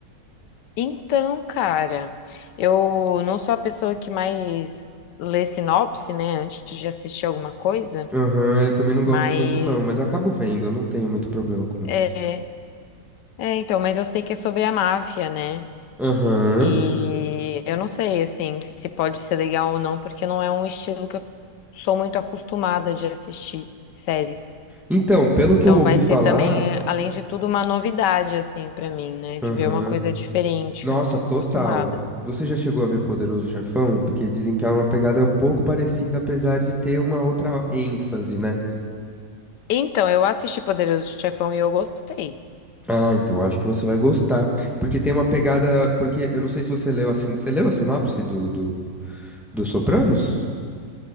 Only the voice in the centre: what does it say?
Aham, eu também não
gosto muito não, mas eu acabo vendo, eu não tenho muito problema com isso.
Aham.
Então, pelo que
eu ouvi
falar.
Aham.
Nossa,
total. Você já chegou a ver Poderoso Chefão? Porque dizem que é uma pegada um pouco parecida, apesar de ter uma outra ênfase, né?
Ah, então acho que você vai gostar. Porque tem uma pegada. Porque eu não sei se você leu a, sin... você leu a sinopse do, do, do Sopranos?